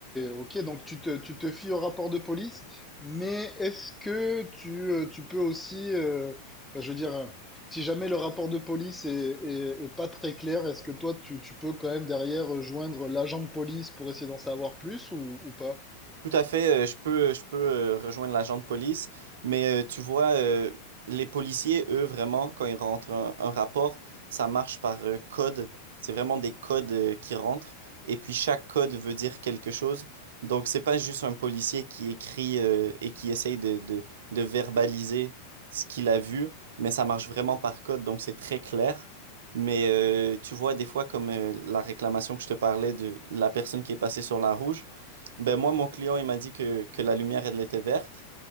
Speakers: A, in the centre; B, on the right.
A: ok, donc tu te, tu te fies au rapport de police, mais est-ce que tu, euh, tu peux aussi, euh, enfin, je veux dire, euh, si jamais le rapport de police est, est, est pas très clair, est-ce que toi, tu, tu peux quand même derrière joindre l'agent de police pour essayer d'en savoir plus ou, ou pas?
B: Tout à fait, euh, je peux, je peux euh, rejoindre l'agent de police, mais euh, tu vois, euh, les policiers, eux, vraiment, quand ils rentrent un, un rapport, ça marche par euh, code. C'est vraiment des codes euh, qui rentrent, et puis chaque code veut dire quelque chose. Donc, c'est pas juste un policier qui écrit euh, et qui essaye de, de, de verbaliser ce qu'il a vu, mais ça marche vraiment par code, donc c'est très clair. Mais euh, tu vois, des fois, comme euh, la réclamation que je te parlais de la personne qui est passée sur la rouge, ben moi, mon client, il m'a dit que, que la lumière, elle était verte.